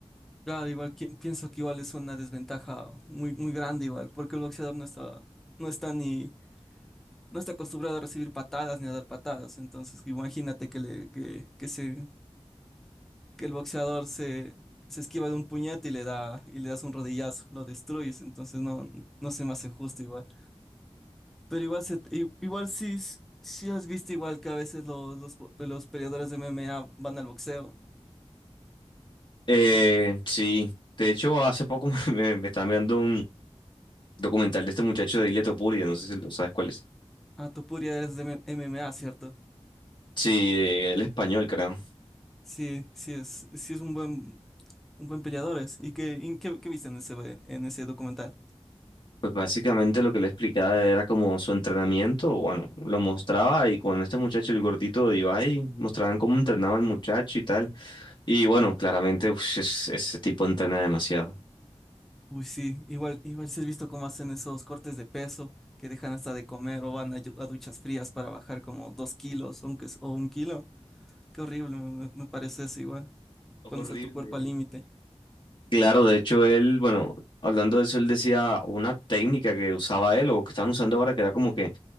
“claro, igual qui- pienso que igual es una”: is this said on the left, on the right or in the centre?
Centre